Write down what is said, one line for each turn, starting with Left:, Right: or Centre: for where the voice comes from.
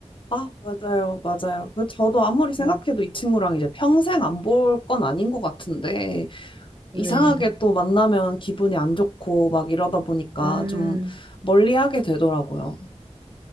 Left: 아, 맞아요, 맞아요. 그 저도 아무리 생각해도
Right: 음,
Left: 이 친구랑 이제 평생 안 볼 건 아닌 것 같은데,
Right: 네.
Left: 이상하게 또 만나면 기분이 안 좋고 막 이러다 보니까
Right: 음,
Left: 좀 멀리하게 되더라고요.